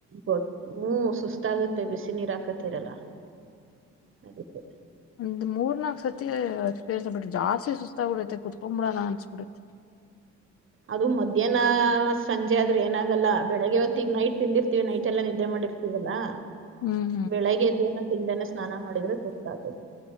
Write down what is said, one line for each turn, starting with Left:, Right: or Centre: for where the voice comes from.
Right: ಗೊ ಹ್ಮ್ ಸುಸ್ತಾಗುತ್ತೆ ಬಿಸಿ. ನೀರಾಕತರಲ್ಲ ಹಾಗಕ್ಕೆ
Left: ಇದು ಮೂರ್ ನಾಕು ಸತಿಪೇರ್ಸ್ ಬಿಟ್ಟು ಜಾಸ್ತಿ ಸುಸ್ತ ಬಿಡತ್ತೆ ಕುತ್ಕೊಬಿಡೋಣ ಅನ್ಸ್ಬಿಡತ್ತೆ.
Right: ಅದು ಮಧ್ಯಾಹ್ನ ಸಂಜೆ ಆದ್ರೆ ಏನಾಗಲ್ಲ ಬೆಳಗ್ಗೆವತ್ತು ಈಗ ನೈಟ್ ತಿಂದಿರ್ತೀವಿ ನೈಟ್ಲ್ಲ ನಿದ್ದೆ ಮಾಡಿರ್ತವಿ. ಇವಲ್ಲಾ
Left: ಹ್ಮ್
Right: ಬೆಳಿಗ್ಗೆ ಎದ್ದೇನ ತಿಂದನೆೇ ಸ್ನಾನ ಮಾಡಿದ್ರೆ ಸುಸ್ತ ಆತದೆ